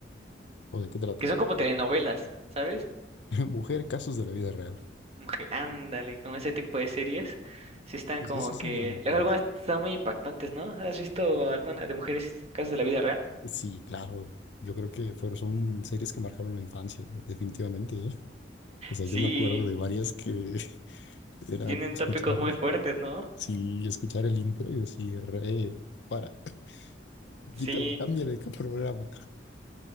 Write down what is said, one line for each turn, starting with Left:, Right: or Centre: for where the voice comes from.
Left: ¿O de qué trata?
Right: que son como telenovelas, ¿sabes?
Left: <laughs> Mujer, casos de la vida real.
Right: Como que Ándale, con ese tipo de series, sí están
Left: Pues
Right: como
Left: eso
Right: que,
Left: sí llama,
Right: luego
Left: la verdad.
Right: algunas están muy impactantes, ¿no? ¿Has visto alguna de mujeres casos de la vida real?
Left: Sí, claro. Yo creo que fueron, son series que marcaron la infancia, definitivamente, ¿eh? O sea,
Right: Sí,
Left: yo me acuerdo de varias que <laughs> era
Right: tienen
Left: escuchar,
Right: tópicos muy fuertes, ¿no?
Left: sí, escuchar el intro y decir, eh, para, <laughs>
Right: Sí.
Left: quítala, cámbiale de programa.